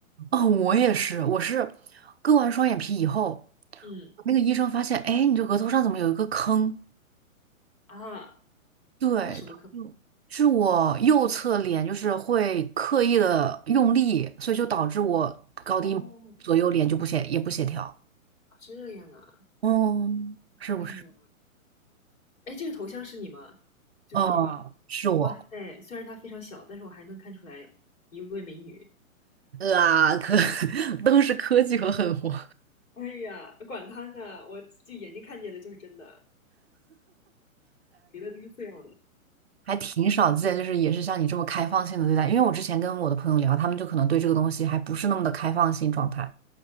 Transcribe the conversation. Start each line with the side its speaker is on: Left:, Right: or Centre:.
Right: 哦，我也是，我是割完双眼皮以后，
Left: 嗯
Right: 那个医生发现，哎，你这额头上怎么有一个坑？
Left: 啊，
Right: 对，
Left: 那是什么坑？
Right: 就是我右侧脸就是会刻意的用力，所以就导致我高低左右脸就不协也不协调，
Left: 哦，这样啊，
Right: 嗯，是不是？
Left: 哎呦，哎，这个头像是你吗？就是你吧？
Right: 嗯，是我，
Left: 哇塞，虽然它非常小，但是我还能看出来一位美女。
Right: 啊，科 <laughs> 都是科技和狠活，
Left: 哎呀，管他呢，我就眼睛看见的就是真的。别的都是次要的。
Right: <laughs> 还挺少见，就是也是像你这么开放性的对待。因为我之前跟我的朋友聊，他们就可能对这个东西还不是那么的开放性状态。